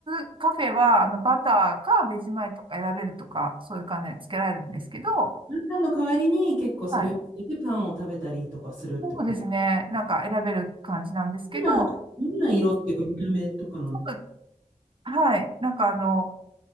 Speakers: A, on the right (about 40°); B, on the right (about 15°).
A: ずカフェは、あの、バターかベジマイトか選べるとか、そういう感じでつけられるんですけど、
B: パンの代わりに結構それをつけてパンを食べたりとかするってこと。
A: はい。そうですね。なんか選べる感じなんですけど、
B: どんな、どんな色っていうか見た目とかなんですか
A: そうはい。なんかあの、